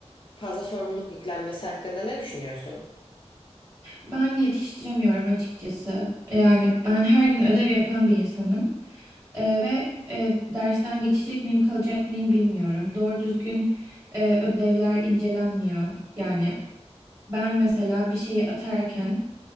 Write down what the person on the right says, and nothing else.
Ben yetiştiremiyorum açıkçası. Yani ben her gün ödev yapan bir insanım. Ee, ve e, dersten geçecek miyim, kalacak mıyım bilmiyorum. Doğru düzgün e, ödevler incelenmiyor. Yani ben mesela bir şeyi atarken